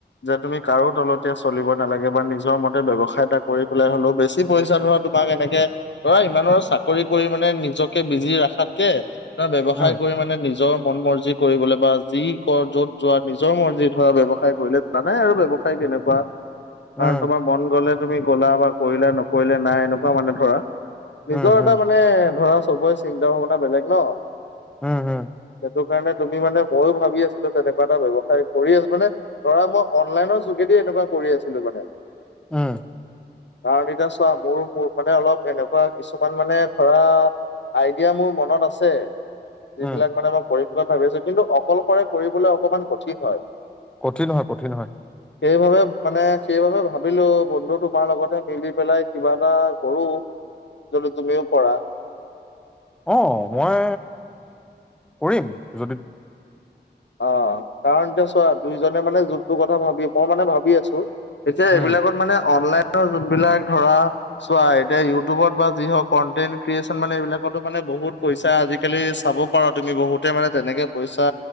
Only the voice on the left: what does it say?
যে তুমি কাৰো তলতীয়া চলিব নালাগে বা নিজৰ মতে ব্যৱসায় এটা কৰি পেলাই হ'লেও বেছি পইচা ধৰা তোমাক এনেকে অ ইমান ৰ চাকৰি কৰি মানে নিজকে বিজি ৰাখাতকে ধৰা ব্যৱসায়
কৰি মানে নিজৰ মন মৰজি কৰিবলে বা যি ক যত যোৱা নিজৰ মৰ্জি ধৰা ব্যৱসায় কৰিলে। জানাই আৰু ব্যৱসায় তেনেকুৱা কাৰণ
তোমাৰ মন গলে তুমি গ'লা বা কৰিলা। নকৰিলে নাই এনেকুৱা মানে ধৰা। নিজৰ
এটা
মানে ধৰা চবৰে চিন্তা ভাৱনা বেলেগ ন।
সেইটো কাৰণে তুমি মানে ময়ো ভাবি আছিলো তেনেকুৱা এটা ব্যৱসায় কৰিম। মানে ধৰা মই অনলাইনৰ যোগেদি এনেকুৱা কৰি আছিলো মানে।
কাৰণ এতিয়া চোৱা মোৰ, মোৰ মানে অলপ এনেকুৱা কিছুমান মানে ধৰা। আইডিয়া মোৰ মনত আছে। যিবিলাক
মানে মই কৰিম বুলি ভাবি আছো। কিন্তু অকলশৰে কৰিবলৈ অকমান কঠিন হয়।
সেইবাবে মানে সেইবাবে ভাবিলো বন্ধু তোমাৰ লগতে মিলি পেলাই কিবা এটা কৰো। যদি তুমিও কৰা।
অ কাৰণটো চোৱা। দুইজনে মানে যোনটো কথা ভাবি মই মানে ভাবি আছো এতিয়া
এইবিলাকত মানে অনলাইন যোন বিলাক ধৰা চোৱা এতিয়া ইউটিবত বা যি হক কন্টেন্ট ক্ৰিয়েচন মানে এই বিলাকতো মানে বহুত পইচা, আজিকালি চাব পাৰা তুমি বহুতে মানে তেনেকে পইচা